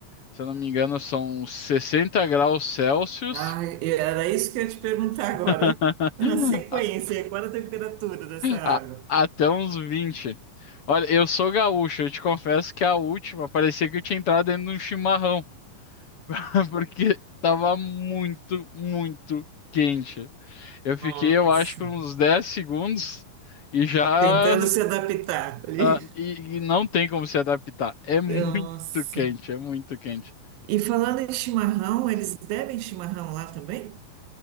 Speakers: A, on the left; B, on the right.
A: se eu não me engano, são 60 graus Celsius
B: Ah, era isso que eu ia te perguntar agora.
A: <laughs>
B: <laughs> Na sequência,
A: a-
B: qual era a temperatura dessa água?
A: a- até uns 20. Olha, eu sou gaúcho, eu te confesso que a última parecia que eu tinha entrado dentro de um chimarrão, <laughs> porque tava muito, muito quente. Eu fiquei,
B: Nossa.
A: eu acho que uns 10 segundos e já
B: Tentando se adaptar ali.
A: Ah, e, e não tem como se adaptar. É muito
B: Nossa.
A: quente, é muito quente.
B: E falando em chimarrão, eles bebem chimarrão lá também?